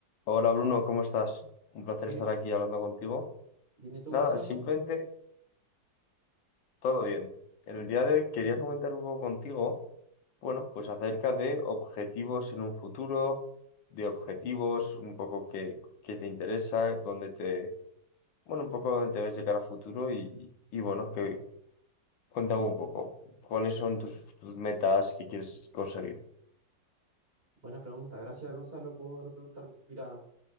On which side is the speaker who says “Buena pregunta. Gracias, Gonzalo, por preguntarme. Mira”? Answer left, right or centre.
Right